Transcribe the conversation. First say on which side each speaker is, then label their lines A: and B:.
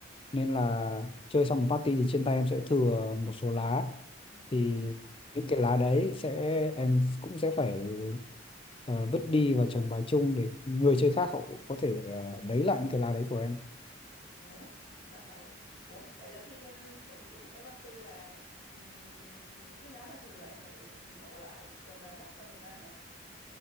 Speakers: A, on the left; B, on the left.
A: nên là chơi xong một party thì trên tay em sẽ thừa một số lá
B: ừ.
A: thì những cái lá đấy sẽ em cũng sẽ phải ờ, vứt đi và trồng bài chung để người chơi khác họ có thể ờ, lấy lại những cái lá đấy của em
B: Ủa? Là phải... Ủa? Vậy là khi em tổ chức một cái party là ừm, những cái lá bài thừa là em phải bỏ lại trong bài bốc cho người ta hả?